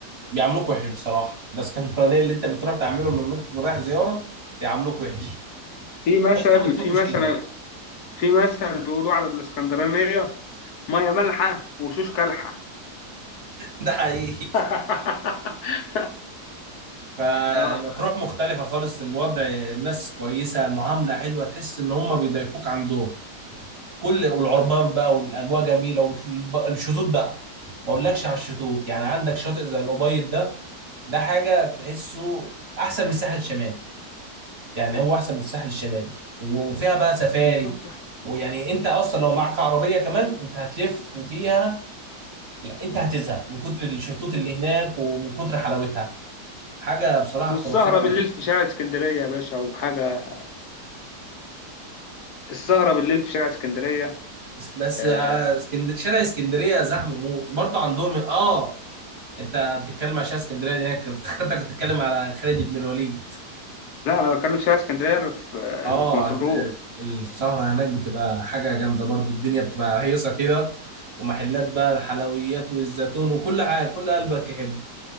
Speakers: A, on the right; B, on the left.
A: بيعاملوك وحش بصراحه الاسكندرانيه اللي انت بتروح تعاملهم لما انت رايح زياره بيعاملوك وحش
B: في مثل
A: بس بتروح
B: في
A: مش
B: مثل
A: كده
B: في مثل بيقولوا على الاسكندرانية ميه مالحه وشوش كالحه
A: <laughs> ده حقيقي
B: <laughs>
A: فمطروح
B: اه
A: مختلفة خالص الوضع الناس كويسة المعاملة حلوة تحس إن هم بيضيفوك عندهم كل والعربان بقى والأجواء جميلة والشطوط بقى ما أقولكش على الشطوط يعني عندك شاطئ زي الأبيض ده ده حاجة تحسه أحسن من الساحل الشمالي يعني هو أحسن من الساحل الشمالي وفيها بقى سفاري
B: ما تروح تروح
A: ويعني انت اصلا لو معاك عربيه كمان انت هتلف فيها لا انت هتزهق من كتر الشطوط اللي هناك ومن كتر حلاوتها حاجه بصراحه
B: والسهره
A: خرافيه
B: بالليل في شارع اسكندريه يا باشا وحاجه السهره بالليل في شارع اسكندريه
A: بس بس
B: آه.
A: آه، اسكندر شارع اسكندريه زحمه موت برضه عندهم اه انت بتتكلم على شارع اسكندريه هناك افتكرتك بتتكلم على خالد بن الوليد
B: لا انا بتكلم في شارع اسكندريه اللي في
A: اه
B: اللي في مطروح
A: ال- ال- السهره هناك بتبقى حاجه جامده برضه الدنيا بتبقى هيصه كده ومحلات بقى الحلويات والزيتون وكل حاجه كل قلبك يحب